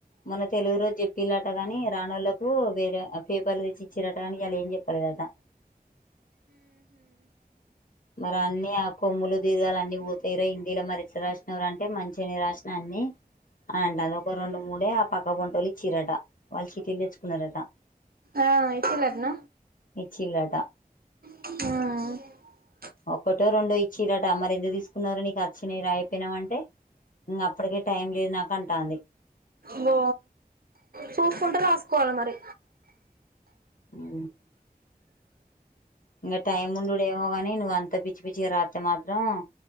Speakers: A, on the left; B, on the right.
A: మొన్న తెలుగు రోజు చెప్పిలాట కాని రానులకు వేరే పేపర్లు తెచ్చి ఇచ్చారంట కాని ఈయాల ఏం చెప్పలేదంట మరి అన్ని ఆ కొములు దీర్గాలన్నీ పోతాయిరా హిందీల మరి ఎట్లా రాసినవారు అంటే మంచిగానే రాసిన అన్ని అని అంట అది ఒక రెండు మూడే ఆ పక్క వంటోలి చీరట వాళ్ళు చికెన్ తెచ్చుకున్నారంట
B: ఆ ఇతరత్న
A: ఇచ్చిన్లట
B: ఆ
A: ఒకక్కటో రెండో ఇచ్చిన్లట అ మర ఎందుకు తీసుకున్నారో నీకు మంచినీరు అయిపోయినామంటే ఇంక అప్పటికే టైం లేదు నాకంటాంది
B: బో చూసుకుంటే రాసుకోవాలి మరి
A: హు ఇంకా టైమ్ ఉండు ఏమోగానీ నువ్వు అంత పిచ్చ పిచ్చిగా రాత్తే మాత్రం త్రం